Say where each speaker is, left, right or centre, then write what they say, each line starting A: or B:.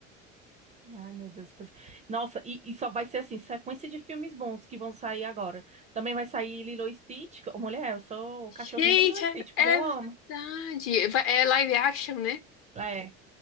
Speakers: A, on the right (about 20°); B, on the left (about 35°).
A: Ai, meu Deus. pois- Nossa, e, e só vai ser assim, sequência de filmes bons que vão sair agora. Também vai sair Lilo e Stitch. Ô, Mulher, eu sou o
B: Gente,
A: cachorrinho do Lilo e
B: é,
A: Stitch, porque
B: é
A: eu amo.
B: verdade. Va- É live action, né?
A: É.